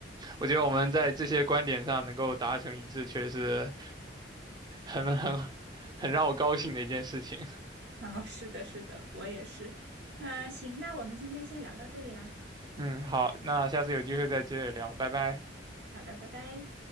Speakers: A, on the right; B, on the right.
A: 我觉得我们在这些观点上能够达成一致，确实很很很很让我高兴的一件事情。
B: 哦，是的，是的，我也是。那行，那我们今天先聊到这里啦。
A: 嗯，好，那下次有机会再接着聊，拜拜。
B: 好的，拜拜。